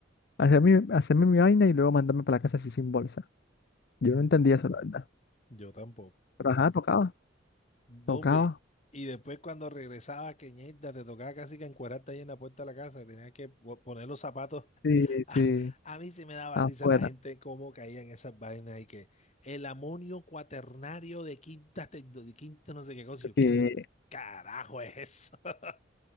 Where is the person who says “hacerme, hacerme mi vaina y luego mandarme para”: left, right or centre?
Left